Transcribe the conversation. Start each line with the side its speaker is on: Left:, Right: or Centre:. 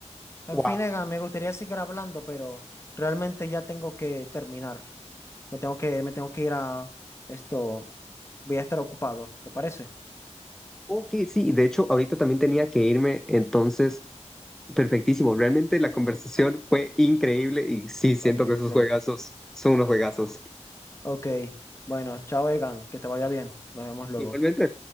Left: En
Centre: Wow.
Left: fin, Egan, me gustaría seguir hablando, pero realmente ya tengo que terminar. Me tengo que, me tengo que ir a esto. Voy a estar ocupado. ¿Te parece?
Centre: Ok, sí, de hecho, ahorita también tenía que irme, entonces, perfectísimo. Realmente la conversación fue increíble y sí, siento
Left: Ok,
Centre: que esos
Left: ok.
Centre: juegazos son unos juegazos.
Left: Ok. Bueno, chao, Egan. Que te vaya bien. Nos vemos luego.
Centre: Igualmente.